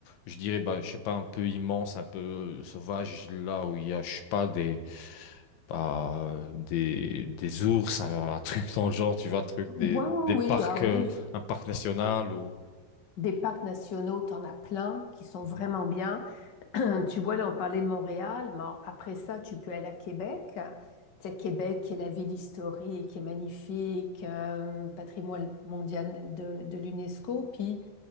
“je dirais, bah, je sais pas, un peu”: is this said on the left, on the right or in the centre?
Left